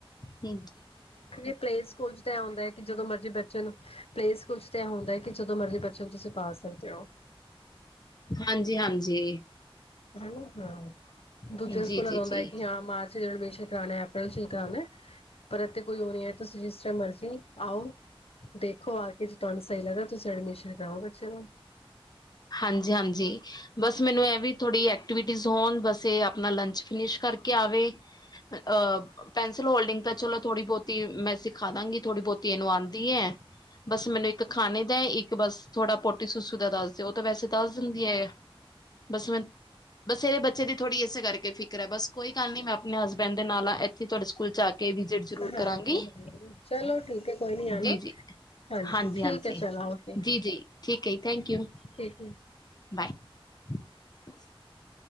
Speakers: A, on the left; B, on the left.
A: ਹੂ
B: ਹਜੇ ਪਲੇ ਸਕੂਲ ਚ ਤਾਂ ਐ ਹੁੰਦਾ ਹੈ, ਕਿ ਜਦੋਂ ਮਰਜ਼ੀ ਬੈ ਚਲੋ, ਪਲੇ ਸਕੂਲ ਤਾਂ ਇਹ ਹੁੰਦਾ ਹੈ ਕਿ ਜਦੋਂ ਮਰਜ਼ੀ ਬੱਚੇ ਨੂੰ ਤੁਸੀਂ ਪਾ ਸਕਦੇ ਹੋ।
A: ਹਾਂਜੀ-ਹਾਂਜੀ।
B: ਹਮ ਹੂ। ਦੂਜੇ
A: ਜੀ
B: ਸਕੂਲਾਂ
A: ਜੀ
B: ਦਾ ਹੁੰਦਾ
A: ਜੀ
B: ਹੈ ਕੀ ਹਾਂ, ਮਾਰਚ ਤੇ ਅਡਮਿਸ਼ਨ ਕਰਾਨਾ, ਐਪ੍ਰਲ ਚ ਕਰਾਨਾ ਪਰ ਇੱਥ ਕੋਈ ਹੋ ਨੀ ਐ। ਤੁਸੀਂ ਜਿਸ ਟਾਈਮ ਮਰਜੀ ਆਓ, ਦੇਖੋ ਆ ਕੇ, ਤੁਹਾਨੂੰ ਸਹੀ ਲੱਗਦਾ। ਤੁਸੀਂ ਅਡਮਿਸ਼ਨ ਕਰਾਓ ਬੱਚੇ ਦਾ।
A: ਹਾਂਜੀ-ਹਾਂਜੀ, ਬਸ ਮੈਨੂੰ ਇਹ ਵੀ ਥੋੜੀ ਐਕਟੀਵਿਟੀਜ ਹੋਣ। ਬਸ ਇਹ ਆਪਣਾ ਲੰਚ ਫਿਨਿਸ਼ ਕਰਕੇ ਆਵੇ। ਅ ਪੈਨਸਿਲ ਹੋਲਡਿੰਗ ਤਾਂ ਚਲੋ ਥੋੜੀ ਬਹੁਤੀ ਮੈਂ ਸਿਖਾ ਦਾਂਗੀ। ਥੋੜੀ ਬਹੁਤੀ ਇਹਨੂੰ ਆਂ ਦੀ ਐ, ਬਸ ਮੈਨੂੰ ਇੱਕ ਖਾਣੇ ਦਾ, ਇੱਕ ਬਸ ਥੋੜਾ ਪੋਟੀ-ਸੁਸੂ ਦਾ ਦੱਸ ਤੇ ਉਹ ਤਾਂ ਵੈਸੇ ਦੱਸ ਦਿੰਦੀ ਹੈ ਏ। ਬਸ ਮੈਂ, ਬਸ ਇਹਦੇ ਬੱਚੇ ਦੀ ਥੋੜ੍ਹੀ ਇਸੇ ਕਰਕੇ ਫਿਕਰ ਹੈ। ਬਸ ਕੋਈ ਕੱਲ ਨੀ। ਮੈਂ ਆਪਣੇ ਹਸਬੈਂਡ ਦੇ ਨਾਲ ਆ ਇੱਥੇ ਤੁਹਾਡੇ ਸਕੂਲ ਚ ਆ ਕੇ ਵਿਜਿਟ ਜ਼ਰੂਰ
B: ਹਾਂਜੀ,
A: ਕਰਾਂਗੀ
B: ਹਾਂ। ਚਲੋ, ਠੀਕ ਹੈ ਕੋਈ ਨੀ ਆਨਾ।
A: ਜੀ-ਜੀ
B: ਹਾਂਜੀ,
A: ਹਾਂਜੀ-ਹਾਂਜੀ
B: ਠੀਕ ਹੈ, ਚਲੋ ਓਕੇ।
A: ਜੀ-ਜੀ ਠੀਕ ਐ ਜੀ ਥੈਂਕ ਯੂ
B: ਠੀਕ ਏ।
A: ਬਾਏ। <inaudible>